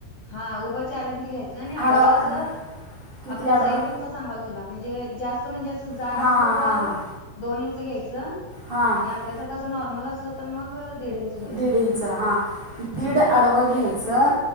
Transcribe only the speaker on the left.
हा उभं चार इंच घ्यायचं आणि आडवं
असं
आपल्या
साईज सांगाल तुला. म्हणजे जास्त म्हणजे अस जाड
असलं
तर
दोन इंच घ्यायच.
आणि आपल्यासारख अस नॉर्मल असल तर मग दिड इंच. घ्यायचं
हा